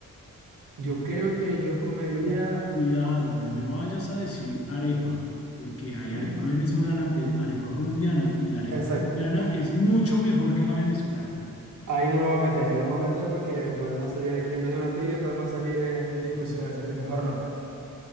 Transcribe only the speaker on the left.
Oh, cuidado, no me vayas a decir arepa, porque hay
arepa venezolana, ve- arepa colombiana, y la arepa
colombiana es mucho mejor que la venezolana.